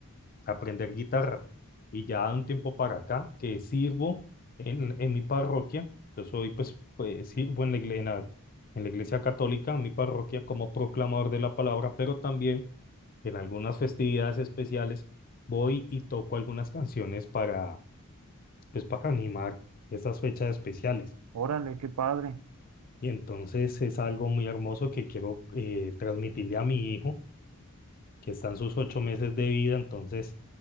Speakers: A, on the left; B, on the right.
A: a aprender guitarra. Y ya de un tiempo para acá, que sirvo en, en mi parroquia, yo soy, pues, pues, sirvo en la, igle- en la, en la iglesia católica, en mi parroquia, como proclamador de la palabra, pero también en algunas festividades especiales voy y toco algunas canciones para, pues, para animar estas fechas especiales.
B: Órale, qué padre.
A: Y entonces es algo muy hermoso que quiero eh, transmitirle a mi hijo que están sus ocho meses de vida, entonces,